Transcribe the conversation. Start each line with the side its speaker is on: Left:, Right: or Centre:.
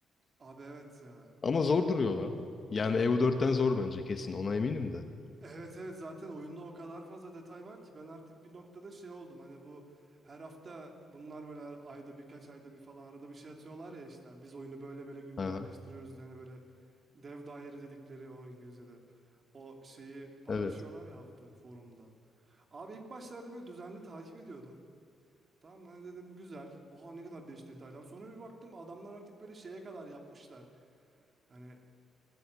Right: Abi evet ya.
Left: Ama zor duruyor lan. Yani EU4'ten zor bence kesin. Ona eminim de.
Right: Evet evet zaten oyunda o kadar fazla detay var ki ben artık bir noktada şey oldum. Hani bu her hafta bunlar böyle her ayda birkaç ayda bir falan arada bir şey atıyorlar ya işte. Biz oyunu böyle böyle güncelleştiriyoruz.
Left: Aha,
Right: Yani böyle dev daire dedikleri o İngilizce'de. O şeyi paylaşıyorlar
Left: evet.
Right: ya haftalık forumda. Abi ilk başlarda böyle düzenli takip ediyordum. Tamam ben dedim güzel. Oha ne kadar değişik detaylar. Sonra bir baktım adamlar artık böyle şeye kadar yapmışlar. Hani